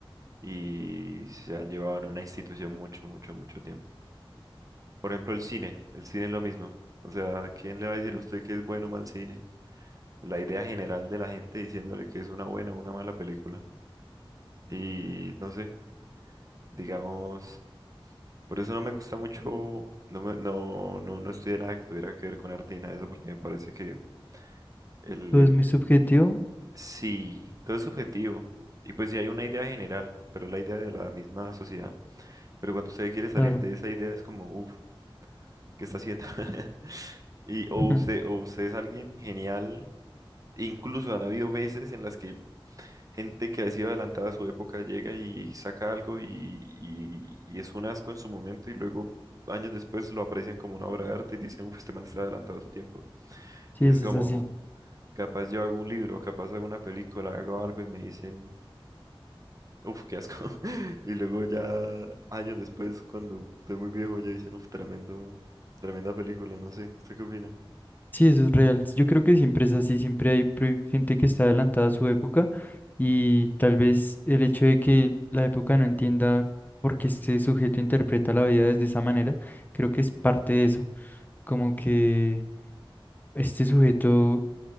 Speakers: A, on the right (about 40°); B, on the left (about 20°).
A: y se han llevado en una institución mucho, mucho, mucho tiempo. Por ejemplo, el cine, el cine es lo mismo. O sea, ¿quién le va a decir a usted que es bueno o mal cine? La idea general de la gente diciéndole que es una buena o una mala película. Y no sé, digamos... Por eso no me gusta mucho, no, me- no, no, no estudié nada que tuviera que ver con arte y nada de eso, porque me parece que el,
B: Todo
A: el,
B: es muy subjetivo.
A: sí, todo es subjetivo. Y pues sí hay una idea general, pero la idea de la misma sociedad. Pero cuando usted quiere salir
B: Claro.
A: de esa idea es como, uff, ¿qué está haciendo? <laughs> Y o
B: <laughs>
A: usted, o usted es alguien genial, incluso han habido veces en las que gente que ha sido adelantada a su época llega y saca algo y, y- y es un asco en su momento y luego años después lo aprecian como una obra de arte y dicen, uff, este man está adelantado a su tiempo.
B: Sí,
A: Y
B: eso
A: es como,
B: es así.
A: capaz yo hago un libro, capaz hago una película, hago algo y me dicen, uff, qué asco. <laughs> Y luego ya años después, cuando estoy muy viejo, ya dicen, uff, tremendo, tremenda película, no sé, ¿usted qué opina?
B: Sí, eso es real. Yo creo que siempre es así. Siempre hay pre- gente que está adelantada a su época y tal vez el hecho de que la época no entienda por qué este sujeto interpreta la vida desde esa manera, creo que es parte de eso. como que este sujeto